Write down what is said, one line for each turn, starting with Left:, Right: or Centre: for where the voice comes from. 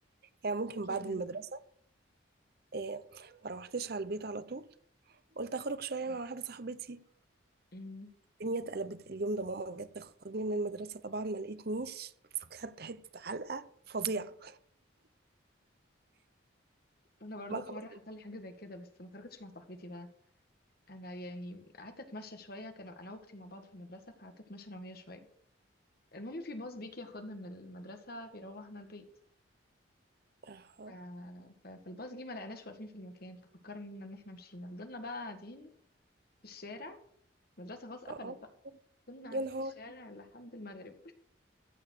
Right: يعني ممكن
Left: احكي
Right: بعد
Left: لي
Right: المدرسه إيه ما روحتش على البيت على طول قلت اخرج شويه
Left: أمم،
Right: مع واحده صاحبتي
Left: أمم.
Right: الدنيا اتقلبت اليوم ده ماما جت تاخدني من المدرسه طبعا ما لقيتنيش بس خدت حته علقه فظيعه
Left: انا برضو
Right: ما
Left: في
Right: خلاص
Left: مره حصل لي حاجه زي كده بس ما خرجتش مع صاحبتي بقى انا يعني قعدت اتمشى شويه كان انا واختي مع بعض في المدرسه فقعدت اتمشى انا وهي شويه المهم في باص بيجي ياخدنا من المدرسه بيروحنا البيت
Right: اه
Left: ف... ف- فالباص جه ما لقيناش واقفين في المكان ففكرنا ان احنا مشينا فضلنا بقى قاعدين في الشارع المدرسه خلاص قفلت
Right: آه.
Left: بقى فضلنا قاعدين
Right: يا نهار
Left: في الشارع لحد المغرب